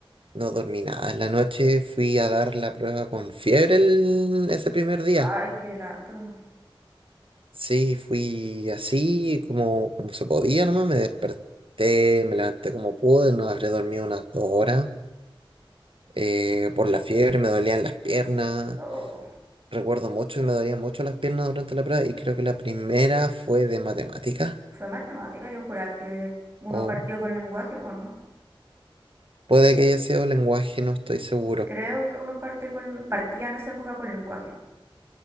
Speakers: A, on the right; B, on the right.
A: no dormí nada. En la noche fui a dar la prueba con fiebre el- ese primer día.
B: ay, qué lata.
A: Sí, fui así como, como se podía nomás. Me desperté, me levanté como pude. No habré dormido unas dos horas. Eh, por la fiebre me dolían las piernas.
B: Oh,
A: Recuerdo mucho que me dolían mucho las piernas durante la prueba. Y creo que la primera fue de matemáticas.
B: fue matemática, yo juraba que uno
A: O
B: partió con lenguaje, pues no.
A: puede que haya sido lenguaje, no estoy seguro.
B: Creo que uno parte con, partía en esa época con lenguaje.